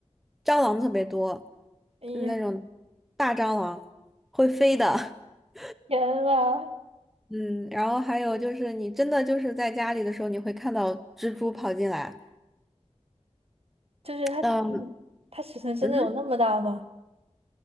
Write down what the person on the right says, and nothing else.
咦，
<laughs> 天呐，
就是它尺寸，
它尺寸真的有那么大吗？